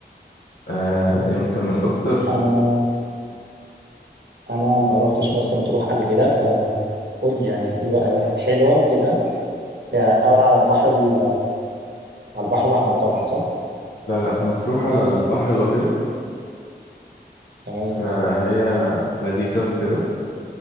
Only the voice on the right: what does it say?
انا انا ما روحتش مرسى مطروح قبل كده فقول لي يعني ايه بقى حلوه وكده ده الاول على البحر ال- على البحر الاحمر طبعا صح
تمام